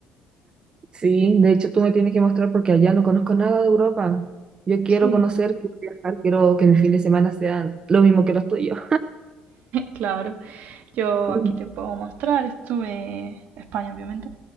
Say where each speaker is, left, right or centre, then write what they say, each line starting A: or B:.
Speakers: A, on the right; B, on the right.
A: Sí, de hecho tú me tienes que mostrar porque allá no conozco nada de Europa. Yo quiero
B: Sí.
A: conocer, quiero viajar, quiero que mis fin de semana sean lo mismo que los tuyos.
B: Claro, yo
A: <laughs>
B: aquí te puedo mostrar, estuve, España obviamente,